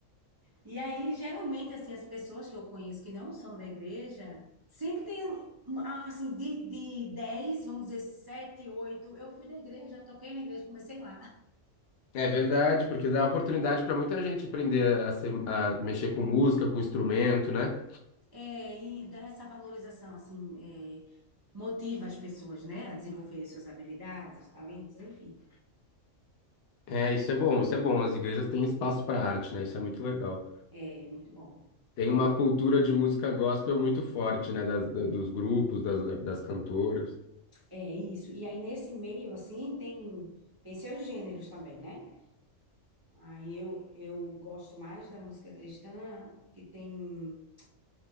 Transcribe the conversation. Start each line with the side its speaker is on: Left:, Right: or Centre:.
Right: E aí, geralmente, assim, as pessoas que eu conheço que não são da igreja, sempre tem, um, ah, assim, de, de 10 vamos dizer, 7 8 eu fui da igreja, eu toquei na igreja, comecei lá.
Left: É verdade, porque dá oportunidade para muita gente aprender a, ser- a mexer com música, com instrumento, né?
Right: É, e dá essa valorização, assim, é, motiva as pessoas, né, a desenvolverem suas habilidades, talentos, enfim.
Left: É, isso é bom, isso é bom. As igrejas têm espaço para arte, né? Isso é muito legal.
Right: É muito bom.
Left: Tem uma cultura de música gospel muito forte, né? das- da- dos grupos, das, das cantoras.
Right: É isso. E aí, nesse meio, assim, tem, tem seus gêneros também, né? Aí eu, eu gosto mais da música cristã, que tem